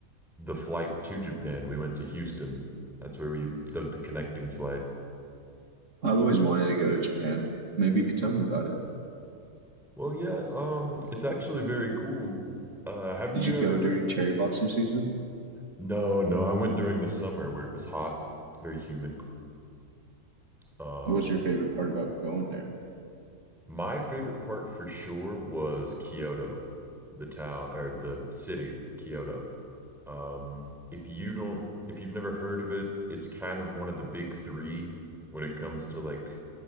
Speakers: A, in the centre; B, on the right (about 60°).
A: the flight to Japan. We went to Houston. That's where we, that was the connecting flight.
B: I've always wanted to go to Japan. Maybe you could tell me about it.
A: Well, yeah, um, it's actually very cool. Uh, have you
B: Did you go
A: ever?
B: during cherry blossom season?
A: No, no,
B: What
A: I went during the summer where it was hot, very humid. Um,
B: was your favorite part about going there?
A: my favorite part for sure was Kyoto, the town or the city, Kyoto. Um, if you don't, if you've never heard of it, it's kind of one of the big three when it comes to like,